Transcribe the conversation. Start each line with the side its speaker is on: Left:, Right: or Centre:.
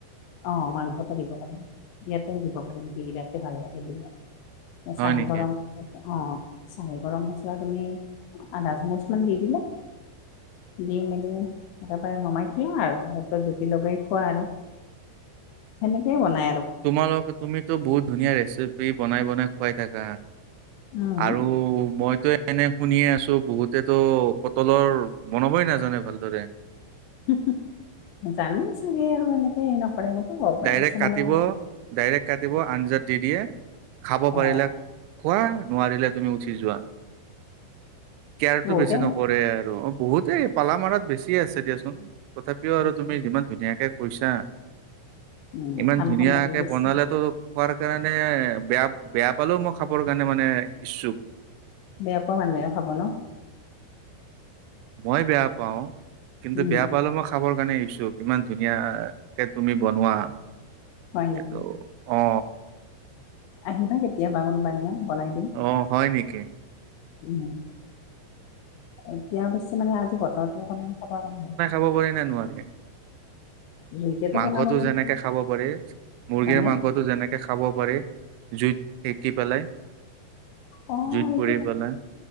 Left: অ' মাংসটো দিব পাৰা। ইয়াতেও দিব পাৰে নেকি ইয়াতে ভাল লাগে দা
Right: হয়
Left: চাহী
Right: নেকি
Left: গৰম <inaudible> অ' চাহি গৰম মছলা তুমি আধা চামুচমান দি দিলা দি মেলি তাৰে পৰা নমাই থেলো আৰু তাৰপিছত জুতি লগাই খোৱা আৰু। সেনেকেই বনায়।
Right: তোমালোক তুমিতো বহুত ধুনীয়া ৰেচিপি বনাই বনাই খুৱাই থাকা।
Left: উম
Right: আৰু মইতো এনে শুনিয়ে আছো বহুতেতো পটলৰ বনাবই নাজানে ভালদৰে।
Left: হুহু, জানি চাগে আৰু এনেকে হ নকৰে এনেকুৱা হব পাৰে
Right: ডাইৰেক্ট
Left: কিছুমানে
Right: কাটিব ডাইৰেক্ট কাটিব আঞ্জাত দি দিয়ে, খাব
Left: অ
Right: পাৰিলে খোৱা নোৱাৰিলে তুমি উঠি যোৱা। কেয়াৰ
Left: বহুতে
Right: টো বেছি নকৰে আৰু অ' বহুতেই। পালামাৰত বেছি আছে দিয়াচোন তথাপিও
Left: আছে
Right: আৰু তুমি যিমান ধুনীয়াকে কৈছা।
Left: উম,
Right: ইমান
Left: খাম
Right: ধুনীয়াকে
Left: খাম লাগি গৈছে
Right: বনালেতো। খোৱাৰ কাৰণে বেয়া বেয়া পালেও মই খাবৰ কাৰণে মানে ইচ্ছুক।
Left: বেয়া পোৱা ভালহে খাব ন'
Right: মই বেয়া পাওঁ কিন্তু
Left: উম,
Right: বেয়া পালে মই। খাবৰ কাৰণে এৰিছোঁ কিমান ধুনীয় কে তুমি বনোৱা।
Left: হয় নেকি
Right: এইটো অ
Left: আহিবা কেতিয়াবা কোনোবা এদিনা বনাই দিম।
Right: অ' হয় নেকি?
Left: উ, এতিয়া অৱশ্যে মানে আজি বতৰতে অকণমান খাব কণ।
Right: কব পাৰে নে নোৱাৰে?
Left: জুইতেতো
Right: মাংসতটো
Left: বনাব লাগিব
Right: যেনেকে খাব পাৰি মুৰ্গীৰ
Left: মানে
Right: মাংসটো যেনেকে। খাব পাৰি জুইত সেকি পেলাই
Left: অ',
Right: জুইত
Left: সেইটো
Right: পুৰি পেলাই।